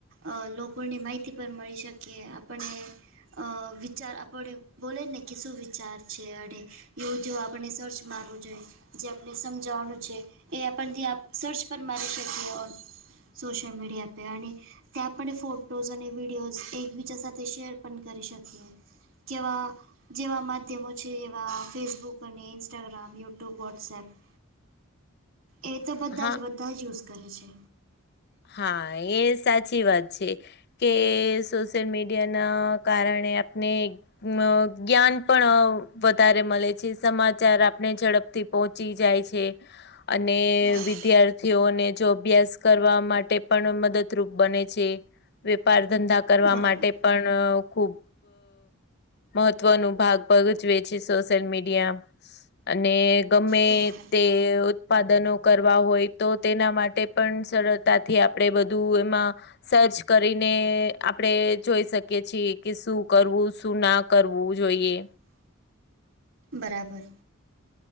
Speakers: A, on the right; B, on the left.
A: અ લોકોને માહિતી પણ મળી શકીએ આપને અ વિચાર આપણે બોલે ને કે શું વિચાર છે અને એવું જો આપણે સર્ચ મારવું જોઈએ જે આપને સમજાવવાનું છે એ આપણ ત્યાં સર્ચ પર મારી શકીએ સોશિયલ મીડિયા પરે અને આપણે ફોટોઝ અને વિડીયોઝ એકબીજા સાથે શેર પણ કરી શકિએ કેવા જેવા માધ્યમો જેવા ફેસબુક અને ઇન્સ્ટાગ્રામ યુટ્યુબ વોટ્સએપ એ તો બધા
B: હા.
A: જ બધા જ યુઝ કરે છે.
B: હા એ સાચી વાત છે. કે સોશિયલ મીડિયા ના કારણે આપને અ જ્ઞાન પણ વધારે મળે છે સમાચાર આપણે ઝડપથી પહોંચી જાય છે.
A: <inaudible>
B: અને
A: બરાબર
B: વિદ્યાર્થીઓને જો અભ્યાસ કરવા માટે પણ મદદરૂપ બને છે વેપાર ધંધા કરવા
A: બરાબર
B: માટે પણ ખૂબ મહત્વ ન ભાગ ભગજવે છે સોશિયલ મીડિયા અને ગમે
A: બરાબર.
B: તે ઉત્પાદનો કરવા હોય તો તેના માટે પણ સરત તથી આપણેે બધું એમાં સર્ચ કરીને આપડે જોઈ શકીએ છીએ કે શું કરવું શું ના કરવું જોઈએ
A: બરાબર